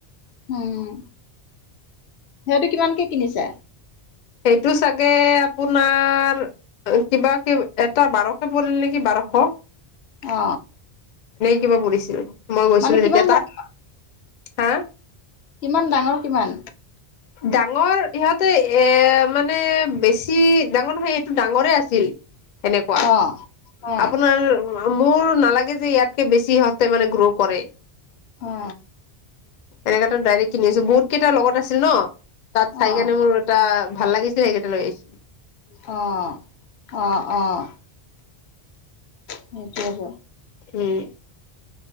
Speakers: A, on the left; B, on the left.
A: হম। সিহঁতটো কিমানকে কিনিছে?
B: সেইটো চাগে আপোনাৰ কিবা কিব এটা বাৰশ পৰিল নেকি বাৰশ!
A: অ।
B: কিবা পৰিছিল। মই গৈছিলো
A: মানে কিমান
B: তেতিয়া তাত
A: ডাঙৰ
B: হা!
A: কিমান ডাঙৰ কিমান?
B: ডাঙৰ সিহঁতে এ মানে বেছি ডাঙৰ নহয় এইটো ডাঙৰে আছিল। সেনেকুৱা
A: অ অ
B: আপোনাৰ মোৰ নালাগে যে ইয়াতকে বেছি সহঁতে মানে গ্ৰ' কৰে।
A: অ
B: এনেকেতো ডাইৰেক্ট কিনিছো বহুত কেইটাৰ লগত আছিল ন! তাত চাইকেনে
A: অ
B: মোৰ এটা ভাল লাগিছিল সেইকেইটা লৈ আহিছোঁ।
A: অহ, অহ অহ। সেইটোৱেটো।
B: উম।